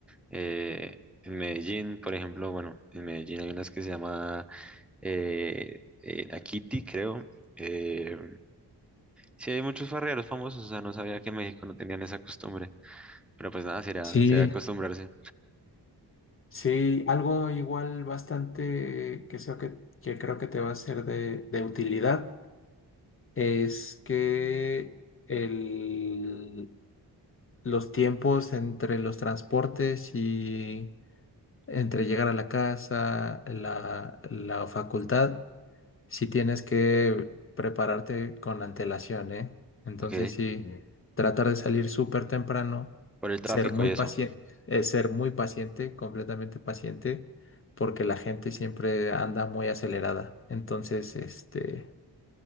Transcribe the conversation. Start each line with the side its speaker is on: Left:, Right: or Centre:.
Centre: eh, en Medellín, por ejemplo, bueno, en Medellín hay unas que se llama eh, eh, La Kitty, creo. Eh, sí, hay muchos farreros famosos, o sea, no sabía que en México no tenían esa costumbre. Pero pues nada, será,
Left: Sí,
Centre: será acostumbrarse.
Left: sí, algo igual bastante que sea que, que creo que te va a ser de, de utilidad es que el, los tiempos entre los transportes y entre llegar a la casa, la, la facultad, sí tienes que prepararte con antelación, ¿eh? Entonces
Centre: Ok,
Left: sí, Ujú. tratar de salir súper temprano,
Centre: por el tráfico
Left: ser muy
Centre: y eso.
Left: paciente, eh, ser muy paciente, completamente paciente, porque la gente siempre anda muy acelerada. Entonces, este,